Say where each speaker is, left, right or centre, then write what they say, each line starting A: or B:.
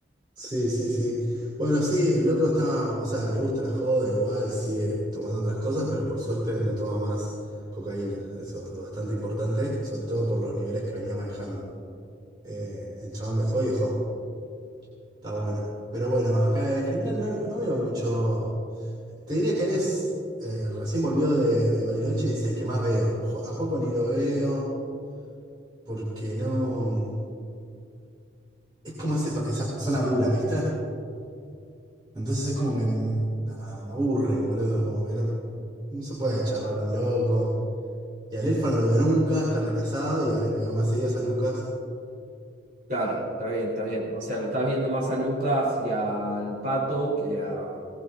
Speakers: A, on the right (about 25°); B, on the right (about 45°).
A: sí, sí, sí. Bueno, sí, el loco está, o sea, le gusta la joda, igual sigue tomando otras cosas, pero por suerte no toma más cocaína. Eso es bastante importante, sobre todo por los niveles que venía manejando. Eh, el chabón dejó y dejó. Está bueno. Pero bueno, acá en general no, no veo mucho. Te diría que eres, eh, recién volvió de, de Bariloche y es el que más veo. Jo- A Juaco ni lo veo porque no. es como ese, pa- esa persona dura, ¿viste? Entonces es como que mm, nada, me aburre, boludo, como que no, no se puede charlar tan loco. Y al Elfa no lo veo nunca, está recasado y ahora que veo más seguidas a Lucas.
B: Claro, está bien, está bien. O sea, lo estás viendo más a Lucas y al Pato que a,